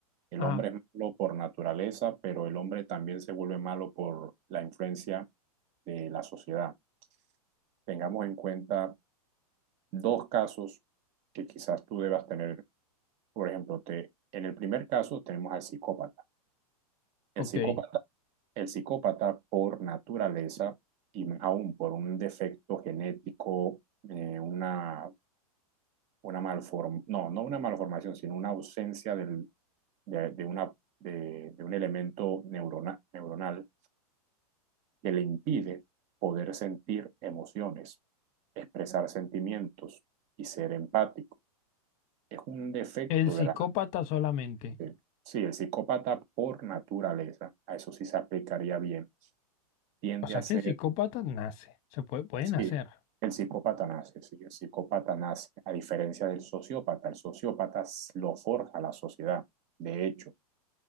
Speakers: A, on the right; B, on the left.
A: El
B: Ah,
A: hombre es malo por naturaleza, pero el hombre también se vuelve malo por la influencia de la sociedad. Tengamos en cuenta dos casos que quizás tú debas tener. Por ejemplo, te- en el primer caso tenemos al psicópata. El
B: ok.
A: psicópata, el psicópata por naturaleza y aún por un defecto genético, eh, una una malformación, no, no una malformación, sino una ausencia del, de, de, una, de, de un elemento neurona, neuronal que le impide poder sentir emociones, expresar sentimientos y ser empático. Es un defecto
B: El psicópata
A: de la...
B: solamente.
A: De, sí, el psicópata por naturaleza, a eso sí se aplicaría bien, tiende
B: O sea
A: a ser,
B: que el psicópata nace, se puede, puede
A: sí,
B: nacer.
A: el psicópata nace, sí, el psicópata nace, a diferencia del sociópata, el sociópata lo forja la sociedad. De hecho,